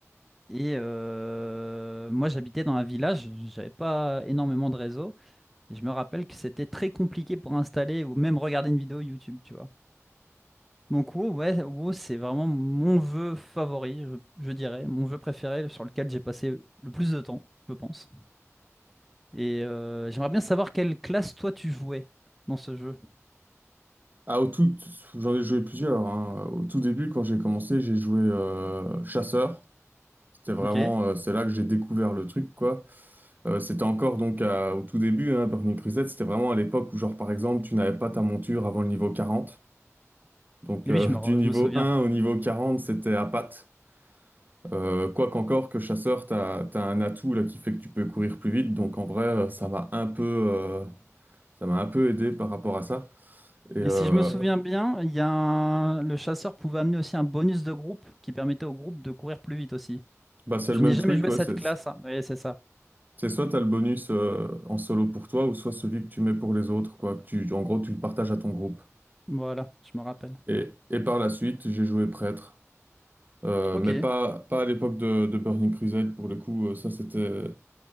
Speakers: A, in the centre; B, on the right.
A: Et euh, moi, j'habitais dans un village, j'avais pas énormément de réseau. Et je me rappelle que c'était très compliqué pour installer ou même regarder une vidéo YouTube, tu vois. Donc WoW, ouais, WoW, c'est vraiment mon vœu favori, je, je dirais, mon vœu préféré sur lequel j'ai passé le plus de temps, je pense. Et euh, j'aimerais bien savoir quelle classe toi tu jouais dans ce jeu.
B: Ah, au tout, j'en ai joué plusieurs. hein. Au tout début, quand j'ai commencé, j'ai joué euh, Chasseur. C'était vraiment,
A: Ok? Et
B: euh, c'est là que j'ai découvert le truc, quoi. Euh, c'était encore donc à- au tout début, hein, Burning Crusade, c'était vraiment à l'époque où, genre, par exemple, tu n'avais pas ta monture avant le niveau quarante Donc,
A: oui,
B: euh,
A: je me,
B: <laughs> du
A: re-
B: niveau
A: je me souviens.
B: un au niveau 40 c'était à patte. Euh, quoi qu'encore que chasseur, t'as, t'as un atout là qui fait que tu peux courir plus vite. Donc, en vrai, euh, ça m'a un peu, euh, ça m'a un peu aidé par rapport à ça. Et euh,
A: Et si je me souviens bien, il y a un- le chasseur pouvait amener aussi un bonus de groupe qui permettait au groupe de courir plus vite aussi.
B: bah, c'est
A: Je
B: le même
A: n'ai jamais
B: truc,
A: joué
B: quoi.
A: cette
B: C'est
A: classe. hein. Oui, c'est ça.
B: c'est soit t'as le bonus euh, en solo pour toi, ou soit celui que tu mets pour les autres, quoi. Que tu, en gros, tu le partages à ton groupe.
A: Voilà, je me rappelle.
B: Et, et par la suite, j'ai joué prêtre. Euh,
A: Ok,
B: mais pas, pas à l'époque de, de Burning Crusade, pour le coup. euh, Ça, c'était,